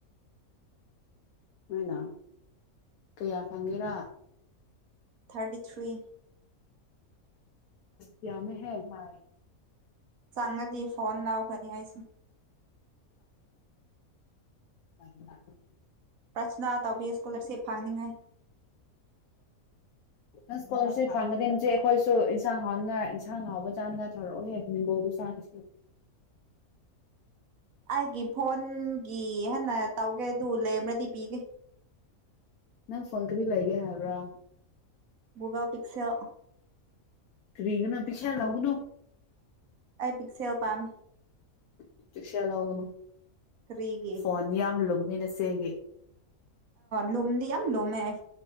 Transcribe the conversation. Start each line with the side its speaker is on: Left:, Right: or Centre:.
Left: ꯎꯣꯏꯅ ꯀꯌꯥ ꯐꯪꯒꯦꯔꯥ
Right: ꯊꯥꯔꯇꯤ ꯊ꯭ꯔꯤ
Left: ꯌꯥ ꯑꯃ ꯍ <unintelligible>
Right: ꯆꯪꯉꯗꯤ ꯐꯣꯟ ꯂꯧꯈ꯭ꯔꯅꯤ ꯑꯩꯁꯨ
Left: ꯅꯤ ꯃ
Right: ꯄ꯭ꯔꯁꯅꯥ ꯇꯧꯕꯤꯌꯨ ꯏꯁꯀꯣꯂꯔꯁꯤꯞ ꯐꯥꯡꯅꯤꯡꯉꯥꯏ
Left: ꯅꯪ ꯁ꯭ꯀꯨꯜꯁꯤ ꯐꯪꯒꯅꯤꯖꯤ ꯑꯩꯈꯣꯏꯁꯨ ꯏꯟꯁꯥꯡ ꯍꯥꯎꯅꯤꯉ ꯏꯟꯁꯥꯡ ꯍꯥꯎꯕ ꯆꯥꯅꯉ ꯊꯧꯔꯛꯑꯣꯍꯦ ꯍꯅꯤꯒꯣꯜꯗꯨ ꯆꯥꯈꯤ
Right: ꯑꯩꯒꯤ ꯐꯣꯟ ꯒꯤ ꯍꯟꯅ ꯇꯧꯒꯦꯗꯨ ꯂꯩ ꯑꯃꯥꯗꯤ ꯄꯤ
Left: ꯐꯪꯒꯔꯤ ꯂꯩꯒꯦ ꯍꯥꯏꯕ꯭ꯔꯥ
Right: ꯒꯨꯨꯒꯥꯜ ꯄꯤꯛꯁꯦꯜ
Left: ꯐꯔꯤꯒꯅꯣ ꯄꯤꯀꯁꯦꯜ ꯂꯧꯎꯒꯅꯣ
Right: ꯑꯩ ꯄꯤꯛꯁꯦꯜ ꯄꯝ
Left: ꯎ ꯄꯤꯛꯁꯦꯜ ꯂꯥꯎꯅꯣ
Right: ꯀꯔꯤꯒꯤ
Left: ꯐꯣꯟ ꯌꯥꯝ ꯂꯨꯃꯤꯅꯁꯦꯒꯤ
Right: ꯂꯣꯝꯗꯤ ꯌꯥꯝ ꯂꯣꯃꯦ